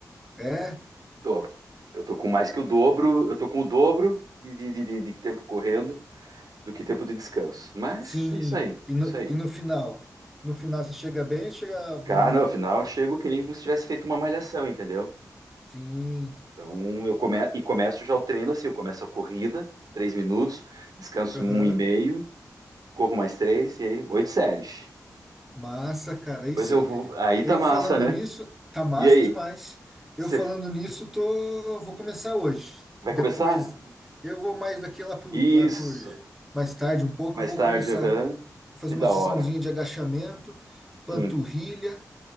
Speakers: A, in the centre; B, on the right (about 70°).
A: É?
B: Tô. Eu tô com mais que o dobro. Eu tô com o dobro de, de, de, de de tempo correndo do que tempo de descanso. Mas
A: Sim.
B: é isso aí,
A: E no,
B: isso aí.
A: e no final? No final você chega bem ou chega morrendo?
B: Cara, no final eu chego que nem como se tivesse feito uma malhação, entendeu?
A: Sim.
B: Então, eu come... e começo já o treino assim, eu começo a corrida, três minutos, descanso
A: Aham.
B: um e meio, corro mais três, e aí oito séries.
A: Massa, cara. Aí
B: Depois
A: sim.
B: eu vou, aí tá
A: Eu
B: massa,
A: falando
B: né?
A: nisso, tá massa
B: E aí,
A: demais. Eu
B: você
A: falando nisso, tô, vou começar hoje.
B: vai
A: Depois,
B: começar?
A: eu vou mais daqui lá por,
B: Isso,
A: lá por mais tarde um pouco,
B: mais
A: eu vou
B: tarde,
A: começar
B: aham.
A: a fazer
B: Que da
A: uma sessãozinha
B: hora.
A: de agachamento, panturrilha,
B: Sim.